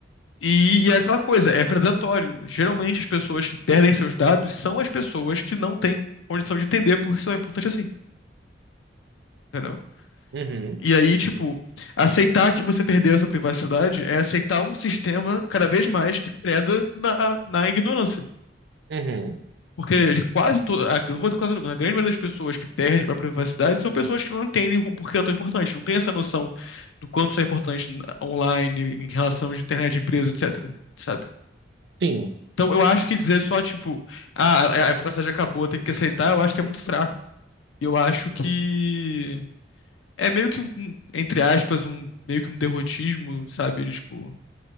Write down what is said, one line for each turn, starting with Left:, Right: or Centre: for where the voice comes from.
Left: E, e é aquela coisa, é predatório. Geralmente as pessoas que perdem seus dados são as pessoas que não têm condição de entender porque isso é importante assim, entendeu?
Right: Uhum,
Left: E aí, tipo, aceitar que você perdeu a sua privacidade é aceitar um sistema cada vez mais que preda na, na ignorância.
Right: uhum,
Left: Porque quase todo, a, não vou dizer quase todo mundo, a grande maioria das pessoas que perdem a privacidade são pessoas que não entendem por que ela é tão importante, não tem essa noção do quanto isso é importante n- online, em relação de internet, de empresa, etc, sabe?
Right: sim.
Left: Então eu acho que dizer só, tipo, ah, a, a privacidade acabou, tem que aceitar, eu acho que é muito fraco. Eu acho que é meio que um, entre aspas, um meio que um derrotismo, sabe? De, Tipo,